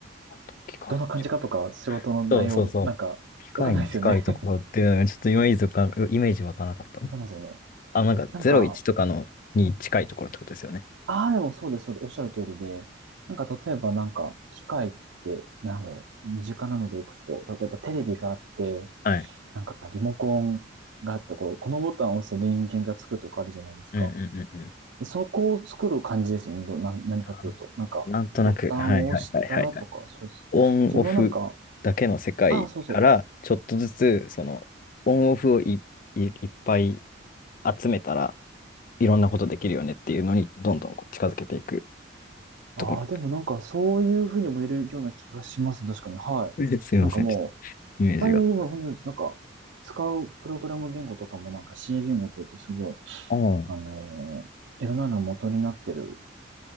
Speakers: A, on the left; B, on the right.
A: なんだ機械の近いと
B: どんな感じかとか、仕事の内容、
A: ころそうそうそう。
B: なんか、
A: 機械に近いところっていうのが、
B: わかんないですよね
A: ちょっとイメージわかんイメージわからなかった。
B: <laughs> そうなんですよね。
A: あ、なんか01とかのに近いところってことですよね。
B: なんか、ああ、でもそうです、そうです、おっしゃる通りで、なんか例えばなんか、機械って、なんだろう、身近なのでいくと、例えばテレビがあって、
A: はい。
B: なんかリモコンがあって、こう、このボタンを押すと電源がつくとかあるじゃないですか。
A: うんうんうんうん。
B: でそこを作る感じですよね。どな、何かっていうと。
A: あ
B: なんか、
A: なんとなく、
B: ボタンを押したらとか、
A: はいはいはいはいはい。
B: そうです。
A: オンオフだけの世界から、
B: 自分はなんか、ああ、そうそう。
A: ちょっとずつ、その、オンオフをい、い、いっぱい集めたらいろんなことできるよねっていうのに、どんどんこう近づけていく
B: ああ、
A: ところ。
B: でもなんかそういうふうにもいるような気がしますね。確かに。はい。
A: <laughs> えすいません、
B: なんかも
A: ちょっとイメージが。
B: う、あれでも本当になんか使うプログラム言語とかもなんか C 言語って言ってすごい、
A: ああ、
B: あのーいろんなの元になってる